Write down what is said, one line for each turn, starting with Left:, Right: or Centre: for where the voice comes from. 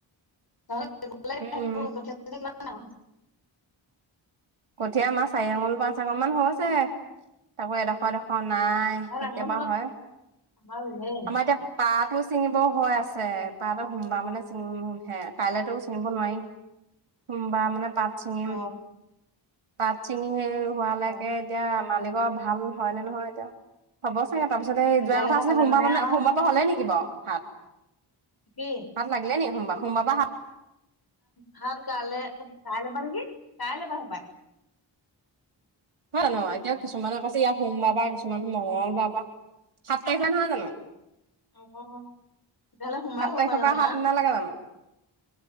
Left: অ ঘলে আহিব
Right: উম
Left: <unintelligible> দুদিনমান অ
Right: কঠীয়া আমাৰ চাৰি আঙুল পাঁচ আঙুল মান হৈছে তাকো এডোখৰ এডোখৰ অ নাই
Left: আমাৰ ডাঙৰ
Right: কেতিয়াবা
Left: হ'ল আকৌ
Right: হয়
Left: আমাৰ ৰুমেই
Right: আমাৰ এতিয়া পাত পাতো ছিঙিব হৈ আছে পাতো সোমবাৰ মানে চিঙিম হে কাইলেতো ছিঙিব নোৱাৰি সোমবাৰ মানে পাত চিঙিম
Left: অ
Right: পাত ছিঙি সেই হোৱালৈকে
Left: অ
Right: এতিয়া মালিকৰ ভাল ভাল হয় নে নহয় এতিয়া হব চাগে তাৰপিছতে এই
Left: তেতিয়ালৈকে
Right: যোৱা কথা আছিলে
Left: হ'লে
Right: সোমবাৰ মানে
Left: আৰু
Right: সোমবাৰ পৰা হলে নেকি বাও সাত
Left: কি
Right: হাত লাগিলে নি সোমবা সোমব পা হাত।
Left: ভাত গালে গালে মানে কি? কাইলে হপায়ই।
Right: হয় নে নহয় এতিয়া কিছুমানে কৈছে ইয়াত সোমবাৰাৰ কিছুমান মঙগল। সাততাৰিখ নহয় জানো।
Left: অহ। তেতিয়া হ'লে সোমায়
Right: সাত
Left: আহিব
Right: তাৰিখৰ
Left: পাৰিলো হয়
Right: পৰা
Left: জানা।
Right: সাত নালাগে জানো